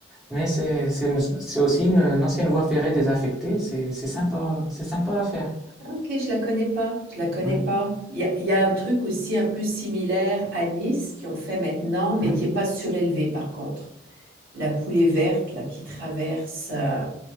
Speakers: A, in the centre; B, on the right (about 50°).
A: Mais c'est, c'est une- c'est aussi une, une ancienne voie ferrée désaffectée. C'est, c'est sympa, c'est sympa à faire.
B: Ok, je la connais pas. Je la connais
A: Ouais.
B: pas. Il y a, il y a un truc aussi un peu similaire à Nice qui ont fait maintenant, mais
A: Mm.
B: qui est pas surélevé par contre. La coulée verte, là, qui traverse euh,